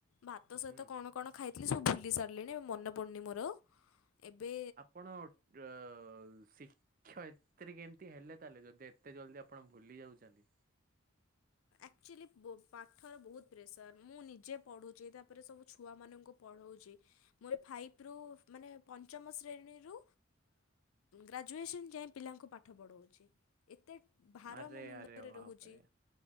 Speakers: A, on the left; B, on the right.
A: ଭାତ ସହିତ
B: ହୁଁ
A: କଣ କଣ ଖାଇଥିଲି ସବୁ ଭୁଲି ସାରିଲିଣି ଏବେ ମନେ ପଡ଼ୁନି ମୋର ଆଉ। ଏବେ
B: ଆପଣ ଡ଼ ସି <unintelligible> ଏତିରେ କି କେମିତି ହେଲେ ତାହେଲେ ଯଦି ଏତେ ଜଲ୍ଦି ଆପଣ ଭୁଲି ଯାଉଛନ୍ତି।
A: ଆକ୍ଚୁଆଲି ପାଠର ବହୁତ ପ୍ରେସର ମୁଁ ନିଜେ ପଢ଼ୁଛି ତା ପରେ ସବୁ ଛୁଆମାନଙ୍କୁ ପଢ଼ଉଛି ମୋର ଏ ଫାଇପ୍ ରୁ ମାନେ ପଞ୍ଚମ ଶ୍ରେଣୀରୁ ଗ୍ରାଜୁଏସନ୍ ଯାଇ ପିଲାଙ୍କୁ ପାଠ ପଢ଼ଉଛି ଏତେ ଭାର
B: ଆରେ
A: ମୋ ମୁଣ୍ଡରେ
B: ଆରେ ବାପରେ
A: ରହୁଛି